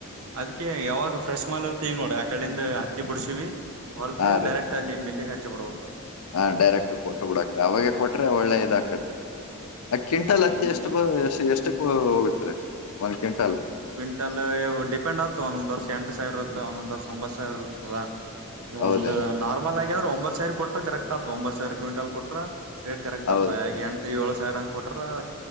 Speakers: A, on the right; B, on the left.
A: ಅದ್ ಯಾವಾಗ ಫ್ರೆಶ್ ಮಾಲ್ ಇರ್ತ ಈಗ ನೋಡ ಆ ಕಡಿಂದ ಹತ್ತಿ ಬಿಡ್ಸಿವವಿ ಹೊರದ
B: ಹಾ
A: ದನ್
B: ರೀ
A: ಡರೆಕ್ಟ್ ಅಲ್ಲಿ ಮೆಲ್ಲಿಗೆ ಹಚ್ಚಿ ಕೊಡಬೇಕು
B: ಹಾ ಡೈರೆಕ್ಟ್ ಕೊಟ್ಟ ಬಿಡಕರಿ ಅವಾಗೆ ಕೊಟ್ರೆ ಒಳ್ಳೆ ಇದಾಕತ್ರಿ ಆ ಕ್ವಿಂಟಾಲ್ ಹತ್ತ
A: ಹ್ಮ್
B: ಎಷ್ಟು ಎಷ್ಟ ಎಷ್ಟಕ್ ಹೋಗತ್ರಿ ಒಂದ್ ಕ್ವಿಂಟಾಲ್
A: ಕ್ವಿಂಟಲ್ ಡಿಪೆಂಡ್ ಆಗ್ತ ಒಂದೊಂದ ವರ್ಷ ಎಂಟು ಸಾವಿರ ಇರುತ್ತ ಒಂದೊಂದ್ ವರ್ಷ ಒಂಬತ್ತು ಸಾವಿರ ಇರ್ತದ ಈ
B: ಹೌದೇನ್
A: ಒಂದು ನಾರ್ಮಲ್ ಆಗಿ ಅಂದ್ರೆ ಒಂಬತ್ ಸಾವಿರ ಕೊಟ್ರ ಕರೆಕ್ಟ್ ಆತು ಒಂಬತ್ ಸಾವಿರ ಕ್ವಿಂಟಲ್ ಕೊಟ್ರ ಡೇಟ್ ಕರೆಕ್ಟ್
B: ಹೌದ್
A: ಆಪ್ಪ ಎಟು ಏಳು ಸಾವಿರ ಹಂಗ ಕೊಟ್ರ